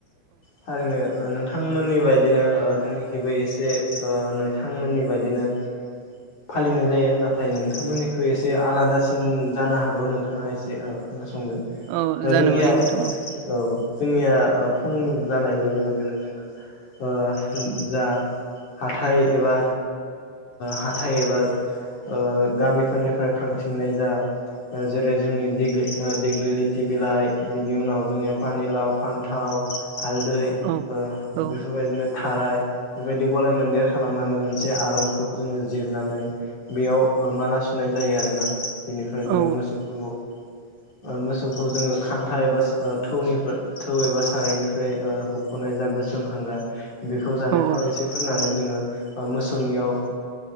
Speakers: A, on the left; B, on the right.
A: औ <unintelligible> नों थांमोननि बायदिनो ओ जोंनिखिबो एसे ओ नोंथांमोननि बायदिनो फालिनाय जायो नाथाय नोंथांमोननिख्रुइ एसे आलादासिन जानो हागौ नोंथाङा एसे खोना संदो
B: औ जानुबाय
A: जोंनिया
B: नोंथां
A: औ जोंनिया ओ फुं जानाय लोगो लोगोनो जोङो ओ जा हाथाय एबा हाथाय एबा ओ गामिफोरनिफ्राय खांथिंनाय जा जेरै जोंनि देग्लि देग्लि लिथि बिलाइ बिनि उनाव जोंनिया पानिलााव फान्थाव हालदै ओ
B: औ औ
A: बेफोरबायदिनो थाराय बेबायदि गलाय मोन्देर खालामनानै मोनसे आरं खुद जोङो जिरनानै बेयाव ओ माला सुनाय जायो आरोना बेनिफ्राय जोङो
B: औ
A: मोसौखौ ओ मोसौखौ जोङो खान्था एबा सो ओ थौनिफ्राय थौ एबा सारायनिफ्राय ओ हुख'नाय जा गोसोम हांगार बेखौ जानाय
B: औ
A: थाव एसे फोननानै जोङो ओ मोसौनियाव